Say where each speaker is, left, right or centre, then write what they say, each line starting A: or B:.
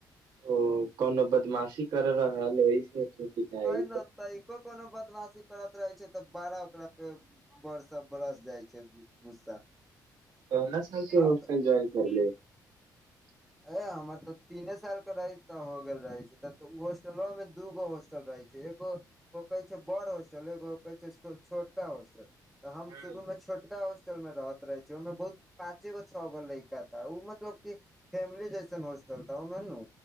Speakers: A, on the right; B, in the centre.
A: ओ कोनो बदमाशी कर रह हल एहि से। <unintelligible>
B: <unintelligible>
A: तऽ
B: कोनो बदमाशी करत रहै छै। ब बारह ओकरा पे। <unintelligible> बरस -बरस जाइ छै गुस्सा।
A: कहना साल छै
B: हम
A: होॉस्टल ज्वइन
B: तऽ
A: करल। <unintelligible>
B: ए हमर तऽ तीने साल के रहे त हो गेल रहे छैहो होस्टलो मे दूगो होस्टल। ल रहै छै एगो कहै छै बड़ होॉस्टल एगो कहै छै छोटका होॉस्टल तऽ हम
A: हँ
B: शुरू मे छोटका होॉस्टल मे रहत रहे छ ओहिमे बहुत पाँचे गो छओ गो लड़का ा ओ मतलब कि फैमिली जैसन होॉस्टल ा ओहिमे नू।